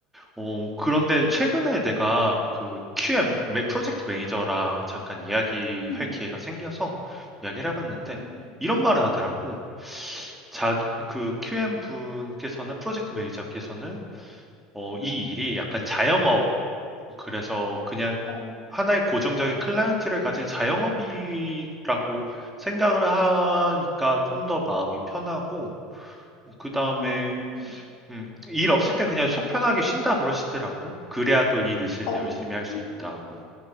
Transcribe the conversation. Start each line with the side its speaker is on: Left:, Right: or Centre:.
Centre: 어, 그런데 최근에 내가 그 QM 매- 프로젝트 매니저랑 잠깐 이야기할
Left: 음,
Centre: 기회가 생겨서 이야기를 해봤는데
Left: 음,
Centre: 이런 말을 하더라고. 자기 그 QM 분께서는 프로젝트 매니저께서는 어, 이
Left: 음,
Centre: 일이 약간 자영업 그래서 그냥
Left: 어,
Centre: 하나의 고정적인 클라이언트를 가진 자영업이라고 생각을 하니까 좀 더 마음이 편하고 그 다음에
Left: 음,
Centre: 음, 일 없을 땐 그냥 속 편하게 쉰다 그러시더라고. 그래야 또 일 있을
Left: 어,
Centre: 때 열심히 할 수
Left: 음,
Centre: 있다고.